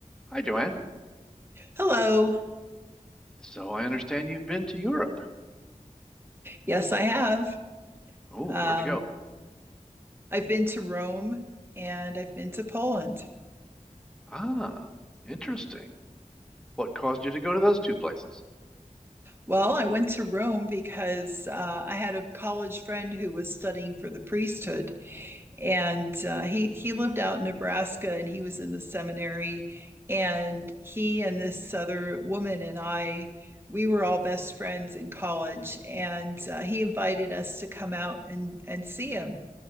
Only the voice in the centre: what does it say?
Hi, Joanne.
So I understand you've been to Europe.
Oh,
where'd you go?
Ah, interesting. What caused you to go to those two places?